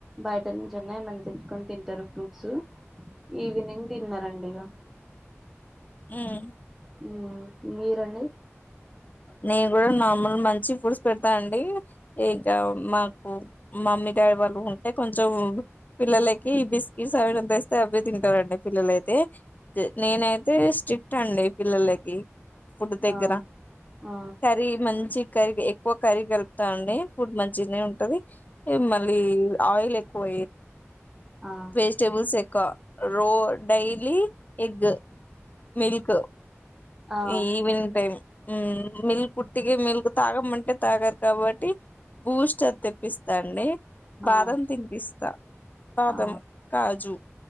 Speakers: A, in the centre; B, on the left (about 35°).
A: బయట నుంచి అన్నా ఏమైన్నా తెచ్చుకొని తింటారు ఫ్రూట్స్ ఈవినింగ్ డిన్నర్ అండి ఇగ
B: మ్
A: మ్మ్ మీరండి
B: నేను కూడా నార్మల్ మంచి ఫుడ్స్ పెడతా అండి ఇక మాకు మమ్మీ డ్రైవర్లు ఉంటే కొంచెము పిల్లలకి బిస్కట్స్ అవి తెస్తే అవి తింటారండి పిల్లలయితే తే నేనైతే స్ట్రిక్ట్ అండి పిల్లలకి ఫుడ్ దగ్గర
A: ఆ ఆ
B: కర్రీ మంచి కర్రీ ఎక్కువ కర్రీ కలుపుతా అండి ఫుడ్ మంచినే ఉంటది మళ్లీ ఆయిల్ ఎక్కువ
A: ఆ
B: వెజిటబుల్స్ ఎక్కువ రో డైలీ ఎగ్ మిల్క్
A: ఆ
B: ఈ ఈవినింగ్ టైం హు మిల్క్ ఉట్టిగ మిల్గు తాగమంటే తాగారు కాబట్టి బూస్ట్ తెప్పిస్తాండి బాదం
A: ఆ
B: తినిపిస్తా బాదం
A: ఆ
B: కాజు